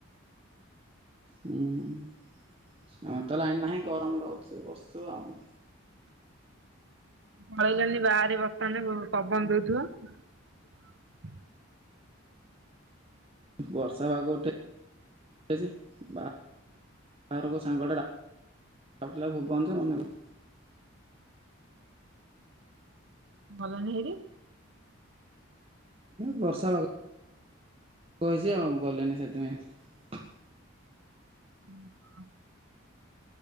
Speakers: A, on the right; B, on the right.
A: ହୁଁ ଆମର ତ ଲାଇନ ନାହିଁ, ଗରମରେ ଅଛୁ ବସୁଛୁ ଆଉ।
B: ପଳେଇଗଲିନି ବାହାରେ ବସିଥାନ୍ତେ ପବନ ଦଉଥିବ। <inaudible>
A: ବର୍ଷା ବାଗ ଗୋଟେ ଯେ ବାହାରକୁ ସାଙ୍ଗଟେ ଡାକୁଥିଲା ଭୂବନ ଯେ ମନା କଲି।
B: ଗଲ ନେହେରି।
A: ବର୍ଷା ପାଗ। କହିଛି ଆଉ ଗଲେନି ସେଥିପାଇଁ।
B: <inaudible>